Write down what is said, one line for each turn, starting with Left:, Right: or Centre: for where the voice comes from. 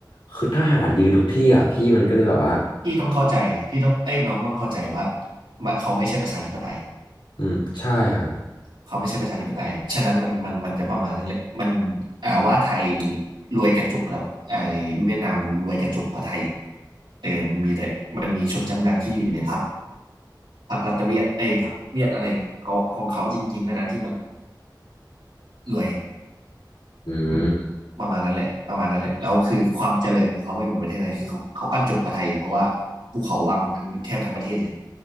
Left: คือทหารยืนทุกที่อ่ะพี่มันก็เลยแบบว่า
Right: พี่ต้องเข้าใจพี่ต้องเอ้ยน้องต้องเข้าใจว่าเขาไม่ใช่ประชาธิปไตย
Left: อืมใช่ครับ
Right: เขาไม่ใช่ประชาธิปไตยฉะนั้นมันมันมันจะประมาณนั้นแหละมันอ่าว่าไทยรวยกระจุกแล้วไอ้เวียดนามรวยกระจุกกว่าไทยเออมันมีแต่มันมีชนชั้นนำที่อยู่ในพรรคพรรครัฐเวียดเอ้ยพรรคเวียดอะไรของของเขาจริงๆเท่านั้นที่มันรวย
Left: อืม
Right: อืมประมาณนั้นแหละประมาณนั้นแหละแล้วคือความเจริญของเขาไม่เหมือนประเทศไทยคือเขาเขากระจบกกว่าไทยเพราะว่าภูเขาบังทั้งแทบทั้งประเทศเลย